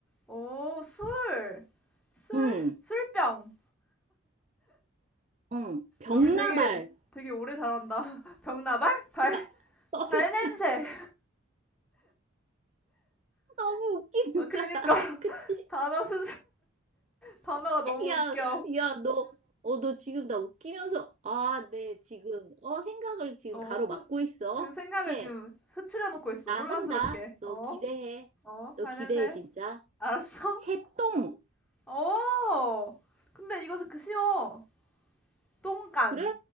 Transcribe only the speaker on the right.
응,
응, 병나발.
야, 어,
병, <laughs> 너무 웃긴다.
<laughs> 그치?
야,
야, 너, 어, 너 지금 나 웃기면서, 아, 네, 지금, 어, 생각을 지금
가로막고 있어.
새,
나
한다. 너
기대해.
너
기대해, 진짜.
새똥.
그래?